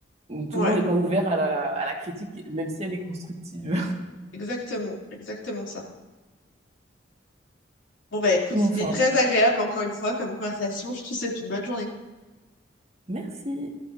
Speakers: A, on the right; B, on the left.
A: tout
B: ouais,
A: le monde n'est pas ouvert à la, à la critique, même si elle est constructive.
B: exactement, exactement ça. Bon bah écoute,
A: <laughs> Mais
B: c'était
A: enfin,
B: très agréable encore une fois comme conversation. Je te souhaite une bonne journée.
A: merci.